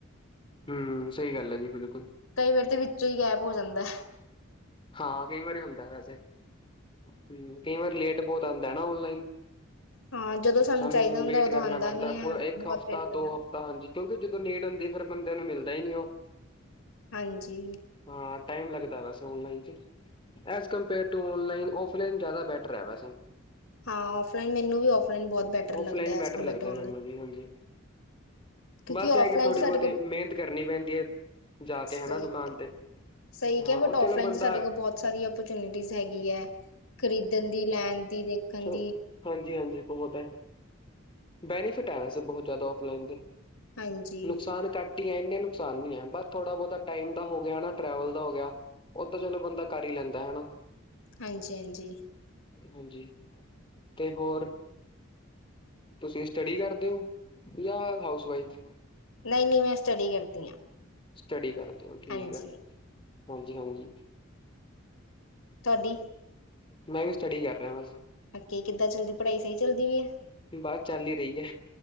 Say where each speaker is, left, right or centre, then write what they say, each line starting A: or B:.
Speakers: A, on the left; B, on the left.
A: ਹਮ ਸਹੀ ਗੱਲ ਹੈ ਜੀ ਬਿਲਕੁਲ
B: ਕਈ ਵਾਰ ਤੇ ਵਿੱਚੋਂ ਹੀ ਗੈਪ ਹੋ ਜਾਂਦਾ ਹੈ
A: ਹਾਂ ਕਈ ਵਾਰੀ ਹੁੰਦਾ ਵੈਸੇ ਹਮ ਕਈ ਵਾਰੀ ਲੇਟ ਬਹੁਤ ਆਉਂਦਾ ਨਾ ਓਨਲਾਈਨ
B: ਹਾਂ ਜਦੋਂ
A: ਸਾਨੂੰ
B: ਚਾਹੀਦਾ ਹੁੰਦਾ
A: ਵੇਟ
B: ਉਦੋਂ
A: ਕਰਨਾ
B: ਆਂਦਾ
A: ਪੈਂਦਾ
B: ਨੀ ਹੈ
A: ਪੂਰਾ
B: ਬਹੁਤ
A: ਇੱਕ ਹਫਤਾ
B: ਵੇਟ ਕਰਨਾ
A: ਦੋ ਹਫ਼ਤਾ ਹਾਂਜੀ ਕਿਉਂਕਿ ਜਦੋਂ ਨੀਟ ਹੁੰਦੀ ਫੇਰ ਬੰਦਿਆਂ ਨੂੰ ਮਿਲਦਾ ਹੀ ਨਹੀਂ ਉਹ
B: ਹਾਂਜੀ
A: ਹਾਂ ਟਾਈਮ ਲੱਗਦਾ ਵੈਸੇ online as compare to online offline ਜ਼ਿਆਦਾ ਬੈਟਰ ਹੈ ਵੈਸੇ
B: ਹਾਂ ਔਫਲਾਈਨ ਮੈਨੂੰ ਵੀ ਔਫਲਾਈਨ ਬਹੁਤ ਬੈਟਰ ਲੱਗਦਾ
A: offline better
B: as compare
A: ਲੱਗਦਾ
B: to ਔਨਲਾਈਨ
A: ਮੈਨੂੰ ਵੀ ਹਾਂਜੀ
B: ਕਿਉਂਕਿ
A: ਬਸ
B: ਔਫਲਾਈਨ
A: ਇਹ ਕਿ ਥੋੜੀ
B: ਚ ਸਾਡੇ
A: ਬਹੁਤੀ
B: ਕੋਲ
A: ਮਿਹਨਤ ਕਰਨੀ ਪੈਂਦੀ ਹੈ ਜਾ
B: ਸਹੀ
A: ਕੇ ਹੈਾ ਦੁਕਾਨ ਤੇ
B: ਸਹੀ ਕੇਹਾ
A: ਹਾਂ
B: ਹੈ
A: ਉਹ
B: ਬਟ ਔਫਲਾਨ
A: ਚਲੋ ਬੰਦਾ
B: ਚ ਸਾਡੇ ਕੋਲ ਬਹੁਤ ਸਾਰੀ ਓਪਰਚੁਨਿਟੀਜ਼ ਹੈਗੀ ਹੈ ਖਰੀਦਣ ਦੀ ਲੈਣ ਦੀ
A: ਸ
B: ਦੀ
A: ਹਾਂਜੀ- ਹਾਂਜੀ ਬਹੁਤ ਹੈ ਬੈਨੀਫਿਟ ਹੈ ਵਸੇ ਬਹੁਤ ਜ਼ਿਆਦਾ ਔਫਲਾਈਨ ਤੇ
B: ਹਾਂਜੀ।
A: ਨੁਕਸਾਨ ਕਟ ਇਨੇ ਨੁਕਸਾਨ ਵੀ ਨੀ ਹੈ ਬਸ ਥੋੜਾ ਬਹੁਤਾ ਟਾਈਮ ਹੋ ਗਿਆ ਟਰੈਵਲ ਦਾ ਹੋ ਗਿਆ ਉਹ ਤਾਂ ਚਲੋ ਬੰਦਾ ਕਰ ਹੀ ਲੈਂਦਾ ਹਨਾ
B: ਹਾਂਜੀ ਹਾਂਜੀ
A: ਹਾਂਜੀ ਤੇ ਹੋਰ ਤੁਸੀਂ ਸਟੱਡੀ ਕਰਦੇ ਹੋ ਜਾਂ ਹਾਊਸ ਵਾਈਫ
B: ਨਈ- ਨਈ ਮੈਂ ਸਟੱਡੀ ਕਰਦੀ ਹਾਂ
A: ਸਟੱਡੀ ਕਰਦੇ ਹੋ ਠੀਕ
B: ਹਾਂਜੀ
A: ਆ ਹਾਂਜੀ- ਹਾਂਜੀ
B: ਤੁਹਾਡੀ
A: ਮੈਂ ਵੀ ਸਟੱਡੀ ਕਰ ਰਿਹਾ ਬਸ
B: ਅ ਕਿੱਦਾਂ ਚੱਲਦੀ ਪੜ੍ਹਾਈ ਸਹੀ ਚੱਲਦੀ ਵੀ ਹੈ
A: ਬਸ ਚੱਲਦੀ ਰਹੀ ਹੈ।